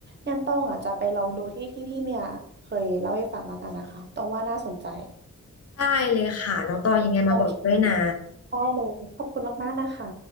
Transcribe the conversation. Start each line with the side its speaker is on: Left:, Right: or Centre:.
Right: งั้นต้องอ่ะจะไปลองดูที่ที่พี่เมียเคยเล่าให้ฟังแล้วกันนะคะต้องว่าน่าสนใจ
Left: ได้เลยค่ะน้องตองยังไงมาบอกด้วยนะ
Right: โอเคได้เลยขอบคุณมากๆนะคะ